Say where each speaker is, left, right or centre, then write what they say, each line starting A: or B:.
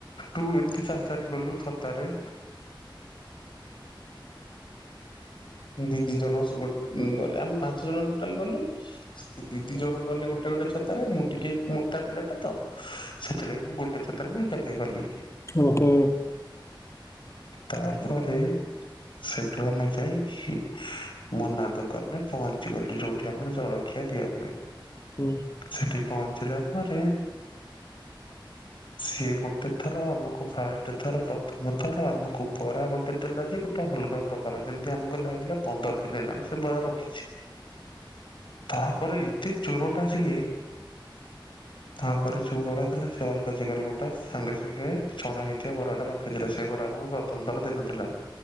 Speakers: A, on the left (about 70°); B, on the left (about 35°).
A: ତୁ ଏମିତି ଚାଲି ଚାଲି ଗଲୁ ଛତାରେ ଦିଦି ଜଣ ଗଲେ ଆମେ ପାଞ୍ଚ ଜଣ ଟୋଟାଲ ଗଲୁ ଦିଦି ଜଣ ଗଲେ ଗୋଟେ ଗୋଟେ ଛତା ତାରେ ମୁଁ ଟିକେ ମୋଟା ପିଲାଟା ତ ସେଥିଲାଗି ମୁଁ ଗୋଟେ ଛାତରେ ମୁଁ ଏକାଟିଆ ଗଲି।
B: ଓହୋ।
A: ତାପରେ ସେଠୁ ଆମେ ଯାଇଁ କି ମୁନା ଦୋକାନରେ ପହଞ୍ଚି ଗଲି ଯୋଉଠି ଆମର ଜଳଖିଆ ଦିଆ ହଏ।
B: ହୁଁ।
A: ସେଠି ପହଞ୍ଚିଲା ପରେ
B: ହ
A: ସିଏ ଗୋଟେ ଥର ଆମକୁ ଫାଷ୍ଟ ଥର ପ୍ରଥମ ଥର ଆମକୁ ବରା ଗୋ ଟେ ଦେଲା ଯେ ଗୋଟେ ଅଲଗା ପ୍ରକାର ଯେମ ତି ଆମକୁ ଲାଗିଲା ପନ୍ଦର ଦିନ ହେଲାଣି ସେ ବରା ରଖିଚି। ତାପରେ ଏତେ ଚୋରଟା ସିଏ ତାପରେ ଯୋଉ ଗରା ଥିଲା ସେ ଅଲଗା ଜେଗା ୟରି ବୋଟା ଗୋଟେ ସାଙ୍ଗେ ସାଙ୍ଗେ ଛଣା ହେଇଥିବା ବରା ଟା ରଖିଥିଲା ସେ ବରା ଆମକୁ ପ୍ରଥମଥର ଦେଇ ନଥିଲା।